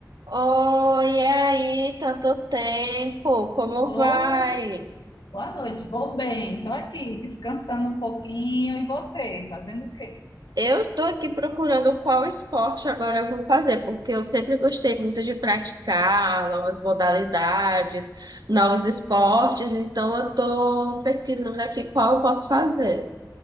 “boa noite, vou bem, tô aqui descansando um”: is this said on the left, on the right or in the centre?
Left